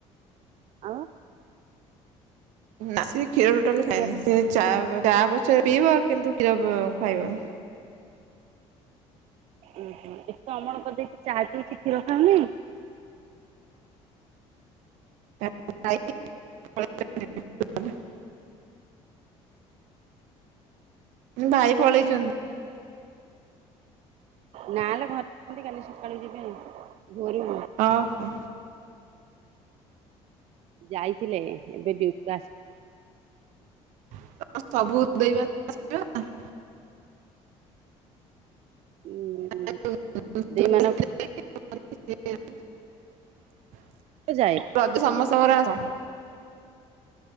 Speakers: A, on the right (about 60°); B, on the right (about 80°).
A: ଆଉ
B: ନା ସେ କ୍ଷୀର ଟୋଟାଲି ଖାଏନି,
A: କିଏ
B: ସେ ଚା ଚା ପଛେ ପିଇବ, କିନ୍ତୁ କ୍ଷୀର ଖାଇବନି।
A: ଓହୋ ଏତେ ଅମଳ କରିଦେଇଚି ଚା ପିଉଛି କ୍ଷୀର ଖାଉନି।
B: <unintelligible> ଭାଇ ପଳେଇଛନ୍ତି?
A: ନାଲୋ ଘରେ ଅଛନ୍ତି କାଲି ସକାଳୁ ଯିବେ। ଭୋରୁ ବୁଲି।
B: ଓହୋ
A: ଯାଇଥିଲେ ଏବେ ଡ଼ିୟ୍ଯୁଟିରୁ ଆସ୍
B: <unintelligible>
A: ଉଁ
B: <unintelligible>
A: ଦେଇ ମାନଙ୍କ ତ ଯାଏ।
B: ରଜ ସମସ୍ତଙ୍କର ଆସ।